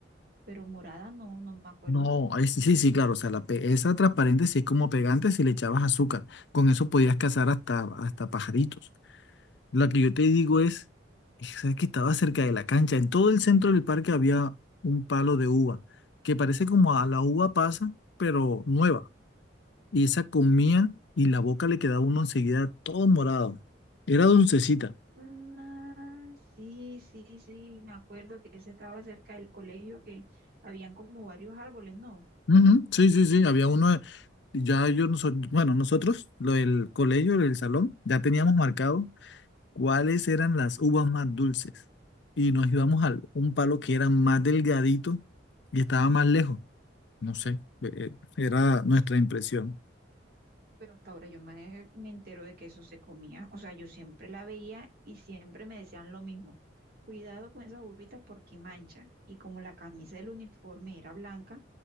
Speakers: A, on the right; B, on the left.
A: pero morada no, no me acuerdo.
B: No, ay, sí, sí, sí, claro. O sea, la pe- esa transparente sí es como pegante si le echabas azúcar. Con eso podías cazar hasta, hasta pajaritos. La que yo te digo es, esa que estaba cerca de la cancha. En todo el centro del parque había un palo de uva, que parece como a la uva pasa, pero nueva. Y esa comía y la boca le quedaba uno enseguida todo morado. Era dulcecita.
A: Ah, sí, sí, sí, me acuerdo que ese estaba cerca del colegio que habían como varios árboles, ¿no?
B: Ujú, Sí, sí, sí, había uno, de- ya yo, no so- bueno, nosotros, lo del colegio, el salón, ya teníamos marcado cuáles eran las uvas más dulces y nos íbamos a un palo que era más delgadito y estaba más lejos, no sé, eh, era nuestra impresión.
A: Pero hasta ahora yo me, me entero de que eso se comía. O sea, yo siempre la veía y siempre me decían lo mismo. Cuidado con esas uvitas porque manchan. Y como la camisa del uniforme era blanca,